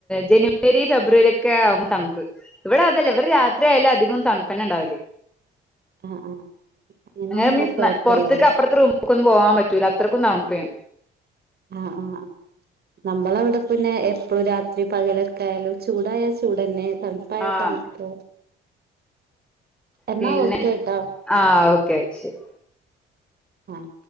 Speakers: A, in the centre; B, on the right.
A: ജനുവരി ഫെബ്രുവരി ഒക്കെ ആവുമ്പോ തണുപ്പ് ഇവിടെ അതല്ലേ ഇവടെ രാത്രിയാലും അധികം തണുപ്പന്നെണ്ടാവൽ
B: ആ ആ ആ അങ്ങനാവുമ്പോ
A: അങ്ങനെ മീൻസ്
B: കൊഴപ്പല്ലല്ലോ
A: പൊറത്ത്ക്ക് അപ്പെറത്തെ റൂമ്ക്ക് ഒന്നും പോവാാൻ പറ്റൂല അത്രയ്ക്കും തണുപ്പ്
B: ആഹ് ആഹ് ആഹ് നമ്മളവിടെ പിന്നെ എപ്പോഴും രാത്രി പകലൊക്കൊയാലും ചൂടായാൽ ചൂടന്നെ തണു പ്പായ
A: ആഹ്
B: തണുപ്പ് എന്നാ
A: പിന്നെ
B: ഓക്കേട്ടോ
A: ആഹ് ഓക്കെ ശരി
B: ആഹ്